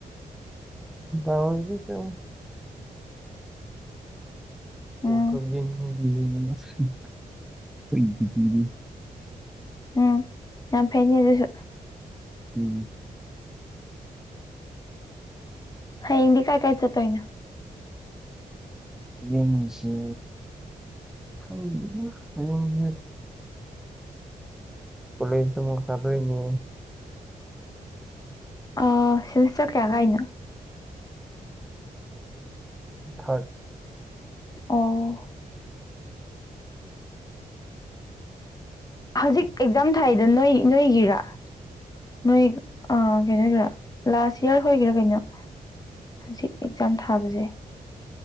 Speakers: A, in the centre; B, on the left.
A: ꯑꯣꯏ ꯊ ꯇ
B: ꯎꯝ
A: ꯑꯣ ꯀꯕꯤ ꯐꯔꯤꯗꯤ
B: ꯎꯝ ꯌꯥꯝ ꯐꯩꯅꯦ ꯑꯗꯨꯁꯨ
A: ꯎꯝ
B: ꯍ ꯍꯗꯤ ꯀꯥꯏ ꯀꯥꯏ ꯆ ꯇꯣꯏꯅ
A: ꯌꯦꯡꯁꯦ ꯈꯪꯗꯅ ꯍꯌꯦꯡꯁꯦ ꯀꯂ ꯃ ꯁꯗꯏꯅꯤ
B: ꯑ ꯁꯦꯃꯤꯁꯇꯔ ꯀꯌꯥ ꯀꯥꯏꯅꯣ
A: ꯊꯥꯔꯠ
B: ꯑꯣ ꯍꯧꯖꯤꯛ ꯑꯦꯛꯖꯥꯝ ꯊꯥꯏꯗꯣ ꯅꯣꯏ ꯅꯣꯏꯒꯤꯔꯥ ꯅꯣꯏ ꯀꯩꯅꯣ ꯑꯣꯏꯒꯦꯔꯥ ꯂꯥꯁ ꯏꯌꯥꯔ ꯑꯣꯏꯒꯦꯔꯥ ꯀꯩꯅꯣ ꯍꯧꯖꯤꯛ ꯑꯦꯛꯖꯥꯝ ꯊꯥꯕꯁꯦ